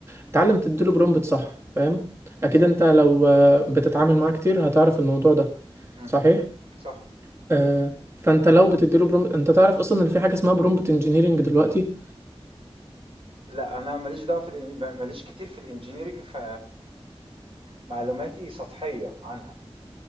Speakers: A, on the right; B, on the right.
A: اتعلم تديله برومبت صح فاهم
B: بالظبط
A: أكيد أنت لو آه، بتتعامل معاه كتير هتعرف الموضوع ده
B: مم،
A: صحيح
B: صح
A: آه، فانت لو بتديله برومبت انت تعرف اصلا ان في حاجه اسمها برومبت انجينيرنج دلوقتي
B: لا انا ماليش دعوه في الإن... ماليش كتير في الانجينيرينج ف معلوماتي سطحيه عنها